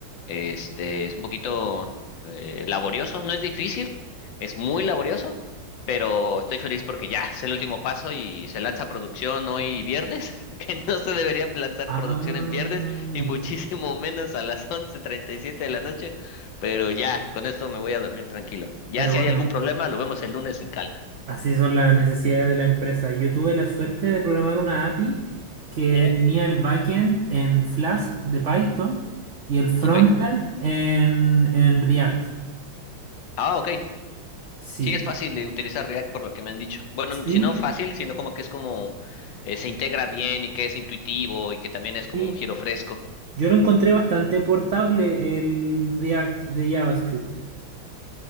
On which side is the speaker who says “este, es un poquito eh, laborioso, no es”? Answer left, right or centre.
Left